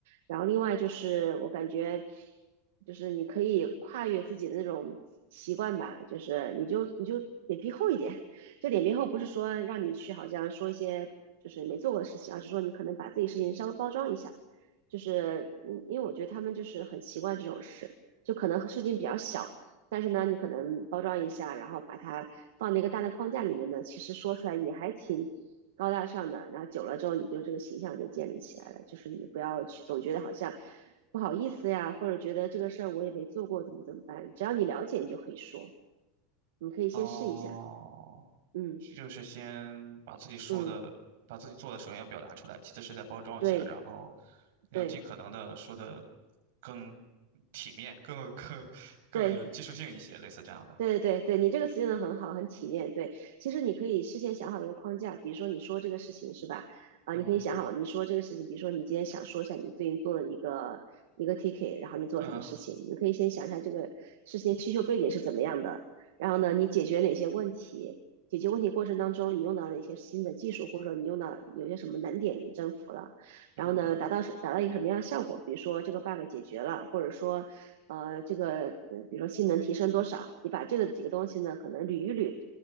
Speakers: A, on the right (about 80°); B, on the right (about 65°).
A: 然后另外就是我感觉，就是你可以跨越自己的那种习惯吧，就是你就你就脸皮厚一点，就脸皮厚，不是说让你去好像说一些就是没做过的事情，而是说你可能把自己事情稍微包装一下。就是嗯，因为我觉得他们就是很习惯这种事，就可能事情比较小，但是呢，你可能包装一下，然后把它放在一个大的框架里面呢，其实说出来也还挺高大上的。然后久了之后，你就这个形象就建立起来了。就是你不要去总觉得好像不好意思呀，或者觉得这个事儿我也没做过，怎么怎么办？只要你了解，你就可以说，你可以先试一下。
B: 哦，
A: 嗯
B: 就是先把自己说的、
A: 嗯。
B: 把自己做的，首先要表达出来，其次是在包装一下，
A: 对
B: 然后要尽可能的说的
A: 对
B: 更体面、更更更有技术性一些，
A: 对
B: 类似这样的。
A: 对对对，你这个词用的很好，很体面。对，其实你可以事先想好一个框架，比如说你说这个事情是吧？啊，
B: 嗯
A: 你可以想好你说这个事情，比如说你今天想说一下你最近做的一个一个 ticket，然后你做什么事情，
B: 嗯
A: 你可以先想一下这个事情需求背景是怎么样的，然后呢，你解决哪些问题，解决问题过程当中你用到了哪些新的技术，或者说你用到有些什么难点你征服了。
B: 嗯，
A: 然后呢，达到是达到一个什么样的效果？比如说这个 bug 解决了，或者说呃，这个呃，比如说性能提升多少，你把这个几个东西呢，可能捋一捋，